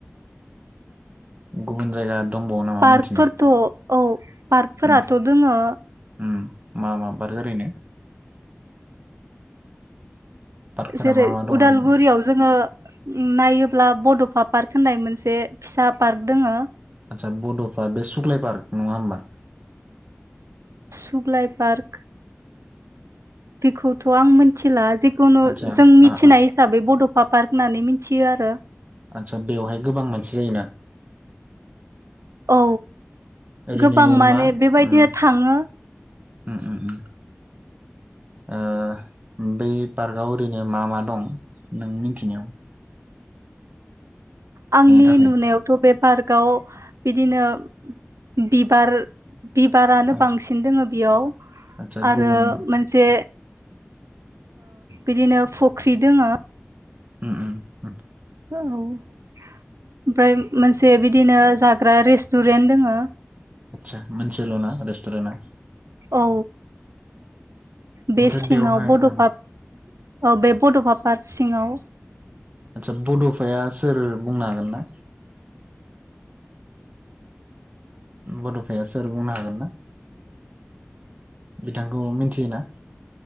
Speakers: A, on the right; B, on the right.
A: गुबुन जायगा दंबावो नामा
B: बारफोरथ'
A: मिथिनाय
B: औ पार्कफोराथ'
A: उम
B: दोङो
A: उम मा मा बार ओरैनो पार्कफोरा
B: जेरै
A: मा मा दं
B: उदालगुरियाव
A: ओरैनो
B: जोङो नायोब ब्ला बड'फा पार्क होननाय मोनसे फिसा पार्क दङो
A: आतसा बड'फा बे सुख्लाय पार्क नङा होमबा?
B: सुग्लाय पार्क बेखौथ' आं मोनथिला जिखुनु
A: आदसा
B: जों मिथिनाय हिसाबै बड' बा पार्क होननानै मिनथियो आरो।
A: आतसा बेवहाय गोबां मानसि जायोना
B: औ
A: ओरैनो
B: गोबां माने
A: मा
B: बेबायदिनो
A: ओम
B: थाङो
A: ओम ओम ओ बै पार्कआव ओरैनो मा मा दं नों मिनथिनायाव
B: आंनि
A: थाखाय
B: नुनायावथ' बे पार्कआव बिदिनो बिबार बिबारानो
A: औ
B: बांसिन दङ। बेयाव
A: आदसा
B: आरो
A: गुबुन
B: मोनसे बिदिनो फख्रि दोङो
A: ओम ओम
B: औ ओमफ्राय मोनसे बिदिनो जाग्रा रेस्टुरेन्ट दङो
A: आतसा मोनसेल' ना रेस्टुरेन्टआ
B: औ बे
A: ओमफ्राय
B: सिङाव
A: बेवहाय
B: बड'फा
A: ओं
B: औ बे बड'फा पार्क सिङाव
A: आतसा बड'फाया सोर बुंनो हागोन ना? बड'फाया सोर बुंनो हागोन ना? बिथांखौ मिनथि मिथियोना?